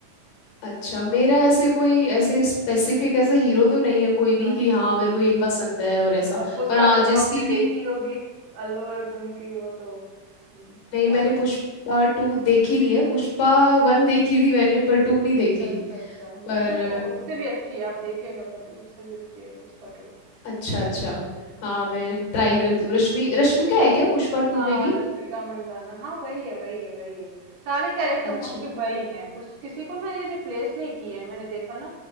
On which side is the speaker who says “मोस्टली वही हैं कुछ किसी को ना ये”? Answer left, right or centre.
Right